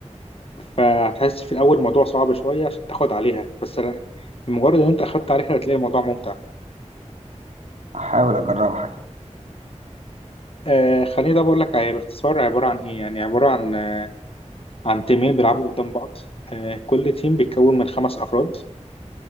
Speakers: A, on the left (about 50°); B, on the right (about 75°).
A: فهتحس في الاول الموضوع صعب شوية عشان تاخد عليها بس لا، بمجرد ان انت اخدت عليها هتلاقي الموضوع ممتع
B: احاول اجربها كده
A: آه خليني ده بقول لك هي باختصار عبارة عن ايه يعني عبارة عن آه، عن تيمين بيلعبوا قدام بعض آه كل تيم بيتكون من خمس افراد